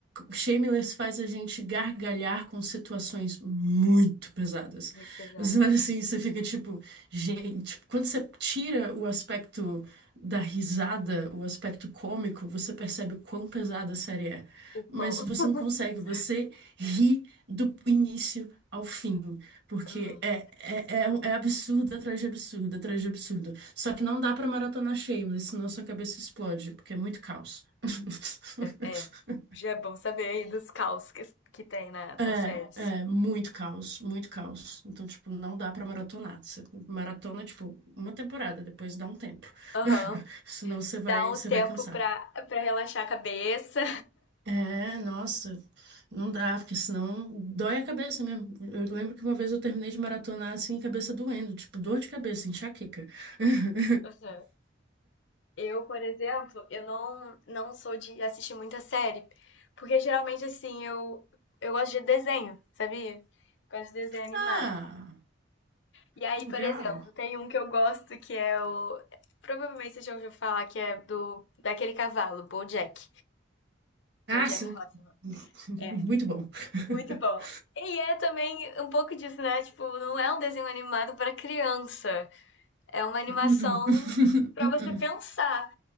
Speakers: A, on the right; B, on the left.
A: Shameless faz a gente gargalhar com situações muito pesadas.
B: Muito pesadas.
A: Você olha assim, você fica tipo, gente, tipo, quando você tira o aspecto da risada, o aspecto cômico, você percebe o quão pesada a série é.
B: O quão.
A: Mas
B: <laughs>
A: você não consegue, você ri do início ao fim, porque
B: Aham.
A: é, é, é, é absurdo atrás de absurdo, atrás de absurdo. Só que não dá pra maratonar Shameless, senão sua cabeça explode, porque é muito caos. <laughs>
B: É, já é bom saber aí dos caos que, que tem na, nas
A: É,
B: séries.
A: é, muito caos, muito caos. Então, tipo, não dá pra maratonar. Você maratona, tipo, uma temporada, depois dá um tempo.
B: Aham.
A: <laughs> Senão você vai,
B: Dá um
A: você
B: tempo
A: vai cansar.
B: pra, pra relaxar a cabeça.
A: É, nossa, não dá, porque senão dói a cabeça mesmo. Eu lembro que uma vez eu terminei de maratonar assim, cabeça doendo, tipo, dor de cabeça, enxaqueca. <laughs>
B: Aham. Eu, por exemplo, eu não, não sou de assistir muita série, porque geralmente assim, eu, eu gosto de desenho, sabia? Gosto de desenho animado.
A: Ah,
B: E aí,
A: legal.
B: por exemplo, tem um que eu gosto que é o. Provavelmente você já ouviu falar que é do daquele cavalo, BoJack.
A: Ah,
B: BoJack
A: sim.
B: Horseman.
A: <laughs>
B: É,
A: Muito bom.
B: muito
A: <laughs>
B: bom. E é também um pouco disso, né? Tipo, não é um desenho animado pra criança. É uma animação
A: Uh-uh.
B: pra
A: <laughs>
B: você
A: Uh-uh.
B: pensar.